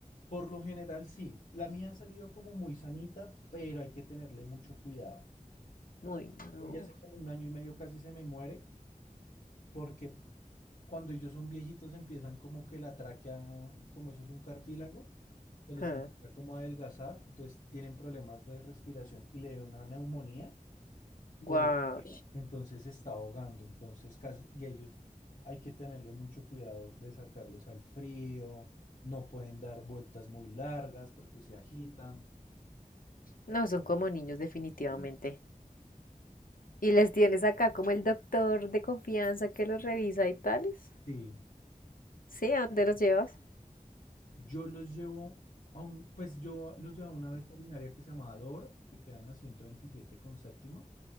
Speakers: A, on the left; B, on the left.
A: Por lo general, sí. La mía ha salido como muy sanita, pero hay que tenerle mucho cuidado.
B: Uy, no.
A: Ella hace como un año y medio casi se me muere porque cuando ellos son viejitos empiezan como que la tráquea, como eso es un cartílago, se
B: Huh.
A: les empieza como a adelgazar, entonces tienen problemas de respiración y le da una neumonía por
B: Guau.
A: el- entonces se está ahogando, entonces casi, y ellos hay que tenerle mucho cuidado de sacarlos al frío, no pueden dar vueltas muy largas porque se agitan.
B: No, son como niños definitivamente.
A: Sí.
B: ¿Y les tienes acá como el doctor de confianza que los revisa y tales?
A: Sí,
B: Sí, ¿a dónde los llevas?
A: yo los llevo a un, pues yo los llevo a una veterinaria que se llamaba Dover, que queda en la 127 con séptima.